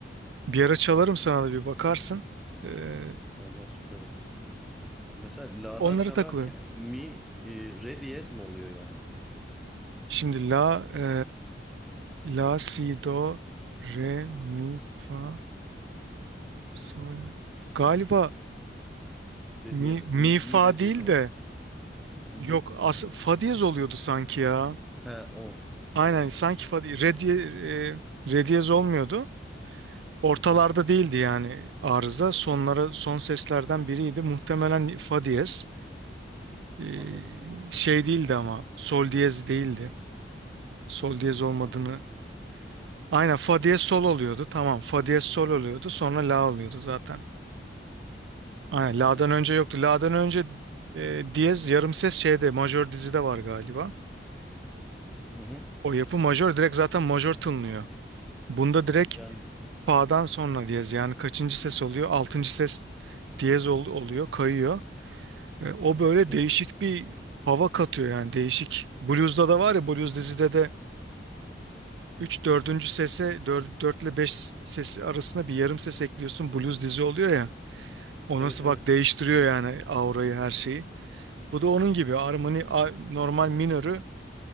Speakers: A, on the right; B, in the centre.
A: Bir ara çalarım sana da bir bakarsın. Ee,
B: Vallahi süper olur. Mesela la'dan
A: onlara
B: çalarken
A: takılın.
B: mi e, re diyez mi oluyor yani?
A: Şimdi la e, la si do re mi fa sol. la. Galiba
B: Re
A: mi,
B: diyez, mi,
A: mi fa
B: mi re diyez
A: değil
B: olacak.
A: de
B: Hı hı.
A: yok as fa diyez oluyordu sanki ya.
B: He o. Tamam.
A: Aynen sanki fa di- re diye e, re diyez olmuyordu. Ortalarda
B: Hı hı.
A: değildi yani arıza. Sonlara son seslerden biriydi. Muhtemelen fa diyez. Ee,
B: Anladım.
A: şey değildi ama sol diyez değildi. Sol diyez olmadığını
B: Anladım.
A: Aynen fa diye sol oluyordu. Tamam fa diye sol oluyordu. Sonra la oluyordu zaten. Aynen
B: Aynen
A: la'dan
B: aynen.
A: önce yoktu. La'dan önce e, diyez yarım ses şeyde majör dizide var galiba.
B: Hı hı.
A: O yapı majör direkt zaten majör tınlıyor. Bunda direkt
B: Yani
A: fa'dan sonra diyez yani kaçıncı ses oluyor? Altıncı ses diyez ol- oluyor kayıyor. E, o böyle
B: sol
A: değişik
B: değil.
A: bir hava katıyor yani değişik. Blues'da da var ya blues dizide de 3 dördüncü sese 4, ile 5 sesi arasında bir yarım ses ekliyorsun blues dizi oluyor ya. O
B: Evet
A: nasıl
B: evet.
A: bak değiştiriyor yani aurayı her şeyi. Bu da onun gibi armoni a- normal minörü